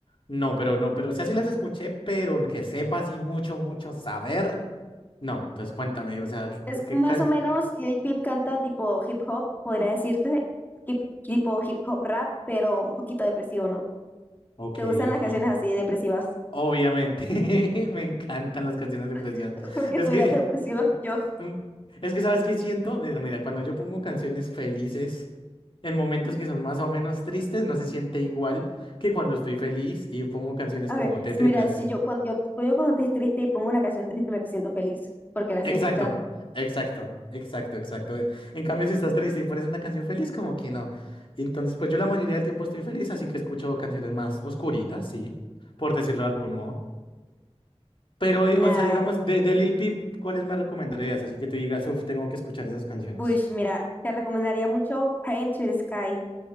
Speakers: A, on the left (about 50°); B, on the left (about 15°).
A: No, pero no, pero o sea, sí las escuché, pero que sepa así mucho, mucho saber. No, entonces cuéntame, o sea, ¿qué,
B: Es
A: qué
B: más
A: can...
B: o menos, Lil Peep canta tipo hip hop, podría decirte, hip- tipo hip hop rap, pero un poquito depresivo, ¿no?
A: Ok,
B: ¿Te gustan las
A: ok.
B: canciones así depresivas?
A: Obviamente, <laughs> me encantan las canciones de Precious.
B: <laughs> Porque
A: Es
B: tu
A: que,
B: vida es depresiva. Yo,
A: mm, es que, ¿sabes qué siento? Mira, mira, cuando yo pongo canciones felices. En momentos que son más o menos tristes, no se siente igual que cuando estoy feliz y pongo canciones
B: a
A: como
B: ver,
A: tétricas.
B: mira, si yo cuando, yo, yo cuando estoy triste y pongo una canción triste me siento feliz, porque la estoy
A: Exacto,
B: escuchando.
A: exacto, exacto, exacto. En cambio, si estás triste y pones una canción feliz, como que no. Y entonces, pues yo la mayoría del tiempo estoy feliz, así que escucho canciones más oscuritas, sí, por decirlo de algún modo. Pero, di-
B: Nada,
A: o sea, digamos, de, de Lil Peep, ¿cuáles me recomendarías? Así que tú digas, uff, tengo que escuchar esas canciones.
B: uy, mira, te recomendaría mucho Praying to the Sky.